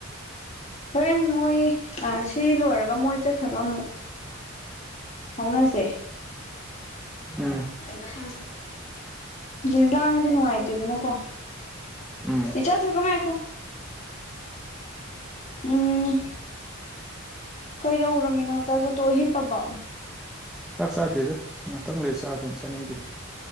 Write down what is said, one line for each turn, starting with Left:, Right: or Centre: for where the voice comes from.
Left: ꯍꯣꯔꯦꯟ ꯃꯣꯏ ꯁꯤ ꯂꯣꯏꯔꯒ ꯃꯣꯏ ꯆꯠꯈ꯭ꯔꯒ ꯑꯃꯨꯛ ꯐꯥꯎꯅꯁꯦ
Centre: ꯎꯝ
Left: ꯑꯗꯨꯗꯤ ꯂꯥꯡꯉꯗꯤ ꯅꯨꯡꯉꯥꯏꯇꯦꯗꯅꯀꯣ ꯎꯝ
Centre: ꯎꯝ
Left: ꯏꯆꯥ ꯊꯣꯏꯕ ꯉꯥꯏꯀꯣ ꯎꯝ ꯀꯩꯗꯧꯔꯝꯃꯤꯅꯣ ꯆꯥꯛꯆꯥ ꯆꯥꯠꯇꯣꯛ ꯍꯤꯞꯄꯕ
Centre: ꯆꯥꯛ ꯆꯥꯗ꯭ꯔꯤꯗ ꯉꯥꯛꯇꯪ ꯂꯩ ꯆꯥꯒꯦꯅ ꯆꯥꯅꯤꯡꯗꯦ